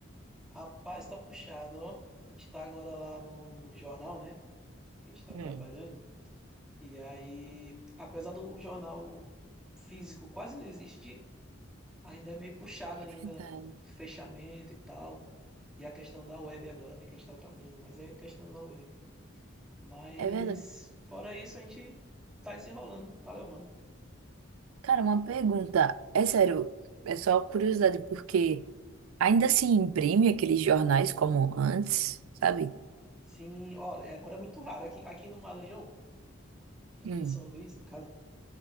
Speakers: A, in the centre; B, on the right.
A: Rapaz, tá puxado, ó. A gente tá agora lá no, no jornal, né? A gente tá
B: Hum.
A: trabalhando. E aí, apesar do jornal físico quase não existir, ainda é meio puxado
B: É
A: ainda
B: verdade.
A: o fechamento e tal. E a questão da web agora, né, que a gente está trabalhando, mas é questão da web. Mas
B: É verdade.
A: fora isso, a gente tá desenrolando, tá levando.
B: Cara, uma pergunta. É sério, é só curiosidade, porque ainda se imprime aqueles jornais como antes, sabe?
A: Sim, olha, agora é muito raro. Aqui, aqui no Maranhão, aqui
B: Hum.
A: em São Luís, no caso,